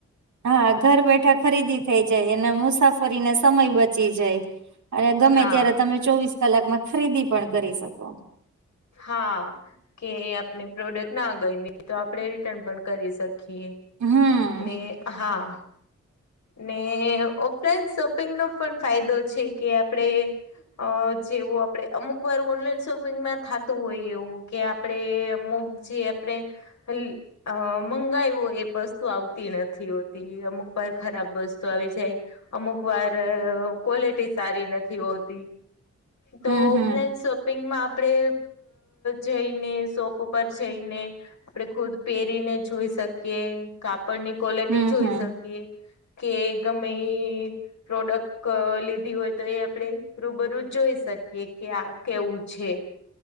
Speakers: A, on the right; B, on the left.
A: હા ઘર બેઠા ખરીદી થઈ જાય, અને મુસાફરીને સમય બચી જાય અને ગમે
B: હા
A: ત્યારે તમે ચોવીસ કલાકમાં ખરીદી પણ કરી શકો.
B: હા. કે આપણે પ્રોડક્ટ ના ગઈમી તો આપણેે રિટર્ન પણ કરી શકીએ.
A: હમ
B: ને હા. ને ઓફલાઈન શોપિંગ નો પણ ફાયદો છે કે આપણેે અ જેવું આપણે અમુક વાર ઓનલાઈન શોપિંગમાં થતું હોય એવું કે આપણે અમુક જે આપણે. એ અ મંગાયું એ વસ્તુ આવતી નથી હોતી અમુક વાર ખરાબ વસ્તુ આવી જાય. અમુક વાર ક્વોલિટી સારી નથી હોતી. તો
A: હમ
B: ઓફલાઈન
A: હમ
B: શોપિંગમાં આપણે જઈને શોપ ઉપર જઈને. આપડણે ખુદ પહેરીને જોઈ શકીએ કાપડની ક્વોલિટી
A: હમ
B: જોઈ
A: હમ
B: શકીએ. કે ગમે એ પ્રોડક્ટ લીધી હોય તો એ આપણેે રૂબરૂ જોઈ શકીએ. એ ક્યા કેવું છે,